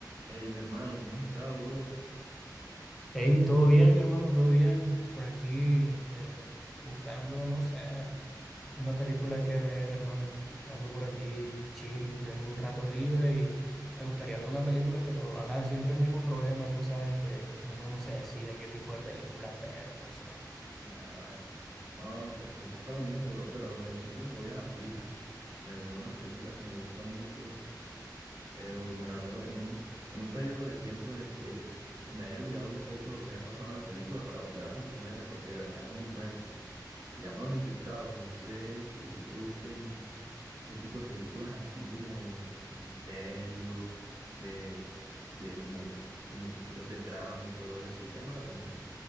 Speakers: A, on the right; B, in the centre.
A: Hey, mi hermano, ¿cómo has estado, bro?
B: Hey, todo bien, hermano, todo bien. Por aquí, este, buscando, no sé, una película que ver, hermano. Ando por aquí, chill, tengo un rato libre y me gustaría ver una película, pero, ajá, siempre el mismo problema, tú sabes que uno no se decide qué tipo de películas ver, no sé.
A: Nada, no, pues me pasa lo mismo, bro, pero no, yo siempre me voy a la fija. Me veo una película que me gusta mucho, pero me la veo en un, en un periodo de tiempo en el que se me haya olvidado un poco lo que ha pasado en la película para volver a sorprenderme, porque de verdad es muy buena. Se llama Los Infiltrados, no sé si a ti te gusten ese tipo de películas así como de misterio, de, de como, como con giros de trama y todo eso, ¿te llama la atención?